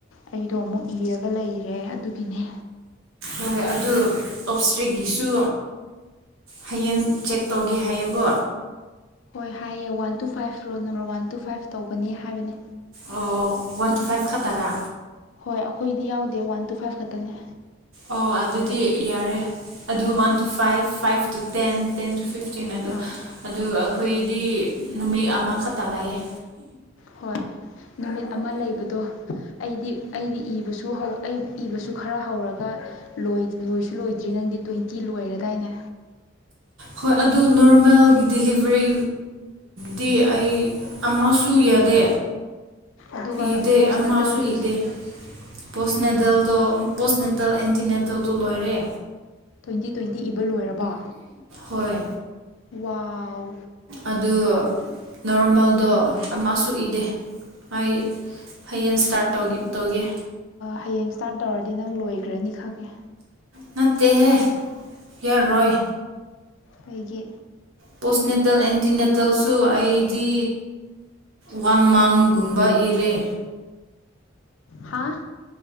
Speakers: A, on the left; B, on the right.
A: ꯑꯩꯗꯣ ꯑꯃꯨꯛ ꯏꯔꯒ ꯂꯩꯔꯦ ꯑꯗꯨꯒꯤꯅꯦ
B: ꯍꯣꯏ ꯑꯗꯨ ꯑꯣꯞꯁꯇ꯭ꯔꯤꯛꯀꯤꯁꯨ ꯍꯌꯦꯡ ꯆꯦꯛ ꯇꯧꯒꯦ ꯍꯥꯏꯌꯨꯀꯣ
A: ꯍꯣꯏ ꯍꯥꯏꯌꯦ one two five road number one two five ꯇꯧꯧꯕꯅꯤ ꯍꯥꯏꯕꯅꯦ
B: ꯑꯣ ꯋꯥꯟ ꯇꯨ ꯐꯥꯏꯚ ꯈꯇꯔꯥ
A: ꯍꯣꯏ ꯑꯩꯈꯣꯏꯗꯤ ꯌꯥꯎꯗꯦ ꯋꯥꯟ ꯇꯨ ꯐꯥꯏꯕ ꯈꯛꯇꯅꯦ
B: ꯑꯣ ꯑꯗꯨꯗꯤ ꯌꯥꯔꯦ ꯑꯗꯨ one two five five two ten ten two ꯐꯤꯐ ꯛꯆꯤꯡ ꯑꯗꯣ
A: ꯑꯥ
B: ꯑꯗꯨ ꯑꯩꯈꯣꯏꯗꯤ ꯅꯨꯃꯤꯠ ꯑꯃꯈꯛꯇ ꯂꯩꯌꯦꯦ
A: ꯍꯣꯏ ꯅꯨꯃꯤꯠ ꯑꯃ ꯂꯩꯕꯗꯣ ꯑꯩꯗꯤ ꯑꯩꯗꯤ ꯏꯕꯁꯨ ꯍꯧ ꯑꯩ ꯏꯕꯁꯨ ꯈꯔ ꯍꯧꯔꯒ ꯂꯣꯏꯁꯨ ꯂꯣꯏꯗ꯭ꯔꯤ ꯅꯪꯗꯤ ꯇ꯭ꯋꯦꯟꯇꯤ ꯂꯣꯏꯔꯗꯥꯏꯅꯦ
B: ꯍꯣꯏ ꯑꯗꯨ ꯅꯣꯔꯃꯦꯜ ꯗꯤꯂꯤꯚꯔꯤ ꯗꯤ ꯑꯩ ꯑꯃꯁꯨ ꯌꯥꯗꯦ
A: ꯑꯗꯨꯒ
B: ꯏꯗꯦ
A: ꯄꯣꯁꯅꯦꯇꯦꯜꯗꯤ
B: ꯑꯃꯁꯨ ꯏꯗꯦ ꯄꯣꯁꯅꯦꯗꯦꯜꯗꯣ ꯄꯣꯁꯅꯦꯇꯜ ꯑꯦꯟꯇꯤꯅꯦꯗꯜꯗꯣ ꯂꯣꯏꯔꯦ
A: ꯇ꯭ꯋꯦꯟꯇꯤ ꯇ꯭ꯋꯦꯟꯇꯤ ꯏꯕ ꯂꯣꯏꯔꯕ
B: ꯍꯣꯏ
A: ꯋꯥꯎ
B: ꯑꯗꯨ ꯅꯣꯔꯃꯦꯜꯗꯣ ꯑꯃꯁꯨ ꯏꯗꯦ ꯍꯥꯏ ꯍꯌꯦꯡ ꯁꯇꯥꯔꯠ ꯇꯧ ꯇꯧꯒꯦ
A: ꯍꯌꯦꯡ ꯏꯁꯇꯥꯔꯠ ꯇꯧꯔꯗꯤ ꯅꯪ ꯂꯣꯏꯈ꯭ꯔꯅꯤ ꯈꯪꯉꯦ
B: ꯅꯠꯇꯦꯍꯦ ꯌꯥꯔꯣꯏ
A: ꯀꯩꯒꯤ
B: ꯄꯣꯁꯅꯦꯇꯜ ꯑꯦꯟꯇꯤꯅꯦꯇꯜꯁꯨ ꯑꯩꯗꯤ ꯋꯥꯟ ꯃꯝꯒꯨꯝꯕ ꯏꯔ‌ꯦ
A: ꯍꯥꯥ